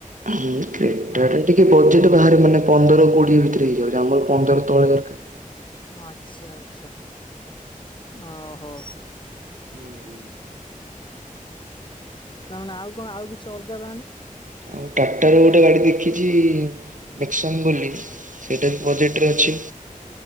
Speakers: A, on the right; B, on the left.
A: ହୁଁ କ୍ରଟା
B: ନା
A: ଟା ଟିକେ <unintelligible> ଆର ମାନେ ପନ୍ଦର କୋଡିଏ ଭିତରେ ହେଇଯାଉଛି ଆମର ପନ୍ଦର ତଳେ ଦରକାର।
B: ଆଚ୍ଛା ଆଚ୍ଛା ଓହୋ
A: ହୁଁ।
B: ତାମାନେେ ଆଉ କଣ ଆଉ କିଛି ଅଲଗା ବ୍ରାଣ୍ଡ?
A: ଆଉ ଟାକ୍ଟର ଗୋଟେ ଗାଡି ଦେଖିଛି <unintelligible> ବୋଲି ସେଇଟା
B: ହୁଁ
A: ବି ବଜେଟରେ ଅଛି।